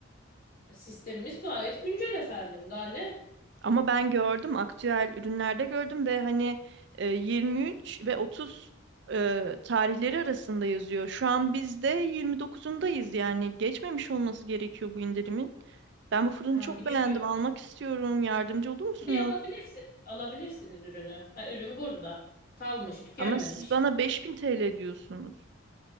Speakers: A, on the left; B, on the right.
A: Sistemimiz gayet güncel efendim. Daha ne?
B: Ama ben gördüm aktüel ürünlerde gördüm ve hani e, 23 ve 30 e, tarihleri arasında yazıyor. Şu an biz de 29'undayız yani geçmemiş olması gerekiyor bu indirimin. Ben bu fırını
A: Ha,
B: çok
A: bilemiyorum.
B: beğendim almak istiyorum yardımcı olur musunuz?
A: Bir alabilirsin. Alabilirsiniz ürünü. Ha, ürün burada. Kalmış, tükenmemiş.
B: Ama siz bana 5000 TL diyorsunuz.